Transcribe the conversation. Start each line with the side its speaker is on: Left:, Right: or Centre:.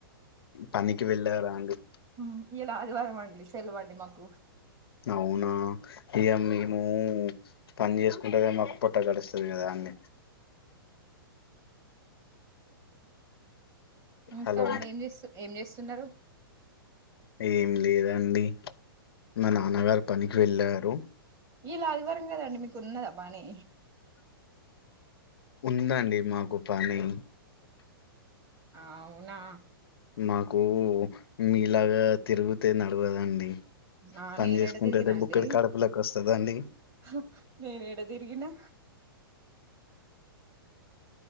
Left: పనికి వెళ్ళారా అండి
Right: ఉమ్ ఇయలా ఆదివారం అండి సెలవండి మాకు
Left: అవునా ఇక మేము పని చేసుకుంటే మాకు పొట్ట గడుస్తుంది కదా అండి
Right: ఇంకా
Left: హలో
Right: అండి ఏం చేస్త ఏం చేస్త సున్నారు
Left: ఏం లేదండి మా నాన్నగారు పనికి వెళ్ళారు
Right: ఇలా అది వారం కదండి మీకు ఉన్నదా పని
Left: ఉందండి మాకు పని
Right: అవునా
Left: మాకు మీలాగా తిరుగితే నడవదండి
Right: ఆ
Left: పని
Right: నేను
Left: చేసుకుంటేనే
Right: ఏడా తిరిగినా అండి
Left: బుక్కడి కడుపులోకి వస్తదండి
Right: హా నేను ఏడా తిరిగినా